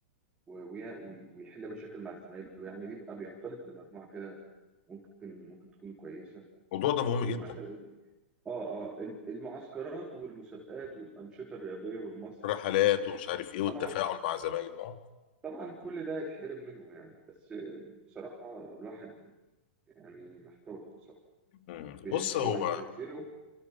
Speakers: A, on the right; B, on the left.
A: و- وي- وي- ويحل مشاكل مع زمايله يعني بيبقى بيختلط بمجموعة كده ممكن ممكن تكون كويسة
B: الموضوع ده مهم
A: إيه
B: جدا
A: مثلا اه اه ال- المعسكرات والمسابقات والأنشطة الرياضية والمسرح
B: الرحلات
A: والحاجات دي
B: ومش عارف ايه والتفاعل
A: طبعا
B: مع زمايله اه
A: طبعا كل ده يتحرم منه يعني بس آه، بصراحة الواحد يعني محتار بصراحة
B: مم.
A: بين
B: بص
A: إن هو
B: هو
A: ينزله